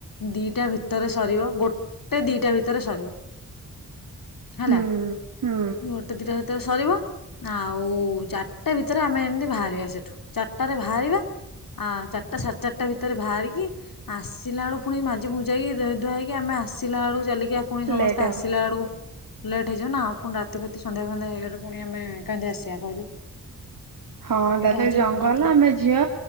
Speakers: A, on the left; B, on the right.
A: ଦିଟା ଭିତରେ ସରିବ ଗୋଟେ ଦିଟା ଭିତରେ ସରିବ। ହେଲା
B: ହୁଁ ହୁଁ
A: ଗୋଟ ଦିଟା ଭିତରେ ସରିବ ଆଉ ଚାରଟା ଭିତରେ ଆମେ ଏମତି ବାହାର ରିବା ସେଠୁ ଚାରଟାରେ ବାହାରିବା ଆ ଚାରଟା ସାଢେ ଚାରଟା ଭିତରେ ବାହାରିକି ଆସିଲା ଏଳୁ ଫୁଣି ମାଜି ମୁଜାକି ଧୋଇ ଧୁଆ ହେଇକି ଆମେ ଆସିଲା ବଳୁ ଚାଲିକି ଆ ପୁଣି ସମସ୍ତେ
B: ଲେଟ୍ ହବ।
A: ଆସିଲା ବେଳକୁ ଲେଟ୍ ହେଇଯିବ ନା ଆଉ ପୁଣି ରାତି ଫାତି ସନ୍ଧ୍ୟା ଫନ୍ଧ୍ୟା ହେଇଗଲେ ପୁଣି ଆମେ କେମତି ଆସିବା କହିଲୁ।
B: ହଁ ତାପରେ
A: ଏଇଟା ହଉଛି
B: ଜଙ୍ଗଲ
A: ମେନ କଥା।
B: ଆମେ ଝିଅ